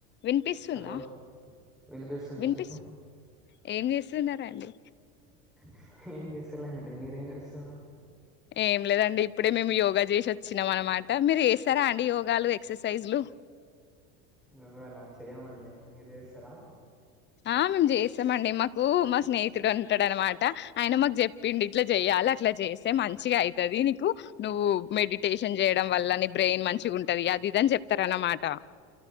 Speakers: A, on the left; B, in the centre.
A: వినిపిస్తుందా
B: Hello వినిపిస్తుంది
A: వినిపిస్తు
B: చెప్పు
A: ఏం చేస్తున్నార అండి
B: <unintelligible> మెరెమ్ చెస్తున్నారు
A: ఏం లేదండి ఇప్పుడే మేము యోగా చేసి వచ్చినాం అనమాట మీరు చేస్తారా అండి యోగాలు ఎక్సర్సైజ్లు
B: వ్వేలా చెయమండి మీరు చేస్తారా
A: ఆ మేము చేస్తామండి మాకు మా స్నేహితుడు ఉంటాడు అనమాట ఆయన మాకు చెప్పిడు ఇట్లా చెయాలి అట్లా చేస్తే మంచిగా అవుతది నీకు నువ్వు మెడిటేషన్ చేయడం వల్ల న బ్రెయిన్ మంచి ఉంటది అది ఇదని చెప్తార అన్నమాట